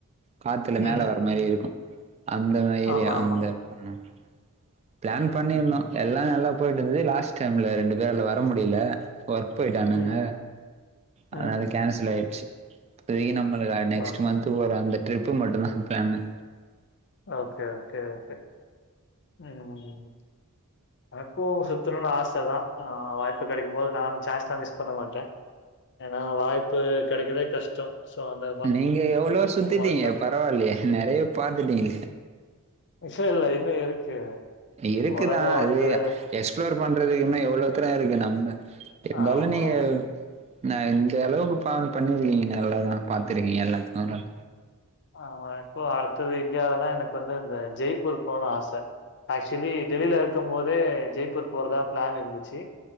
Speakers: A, on the right; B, on the left.
A: காத்துல
B: ம்
A: மேல வர மாரியே இருக்கு அந்த மா ஏரியா
B: ஆமா
A: அந்த
B: ஆமா
A: ம் பிளான்
B: ம்
A: பண்ணிருந்தோ எல்லா நல்லா போயிட்டு இருந்தது லாஸ்ட் டைம்ல ரெண்டு பேரால வர முடியல ஒர்க் போயிட்டானுங்க
B: ம் ம் ம்.
A: அதனால கேன்சல் ஆயிருச்சு இப்பதைக்கு நம்மளுக்கு அ நெக்ஸ்ட்
B: ஆ.
A: மந்த்து போற அந்த ட்ரிப்பு மட்டுதா பிளான்னு
B: ஓகே ஓகே ஓகே ம் எனக்கு சுத்தணுனு ஆச தா ஆஹ் வாய்ப்பு கெடைக்கு போது நானு சான்ஸ் அ மிஸ் பண்ண மாட்டே ஏனா வாய்ப்பு கெடைக்கிறதே கஷ்டோ சோ அந்த
A: நீங்க எவ்ளோ சுத்திட்டீங்க
B: விட்டா
A: பரவால்லையே நெறைய பாத்துட்டீங்கள
B: விசய இல்ல இன்னு இருக்கு
A: இருக்குதான்
B: உலகோ
A: அது
B: வந்து
A: எக்ஸ்ப்ளோர் பண்றதுக்கு இன்னு எவ்ளோ தூரோ இருக்கு நம்ம
B: ஆமாமா.
A: டோலனியோ நா இந்த அளவுக்கு பிளானு பண்ணியிருக்கீங்க நல்லாதா பாத்திருக்கீங்க எல்லாத்து ஆனாலு
B: ஆமா இப்போ அடுத்தது இந்தியாவதான் எனக்கு வந்து அந்த ஜெய்ப்பூர் போகனு ஆச ஆக்சுவலி டெல்லில இருக்கு போதே ஜெய்ப்பூர் போறதா பிளான் இருந்துச்சு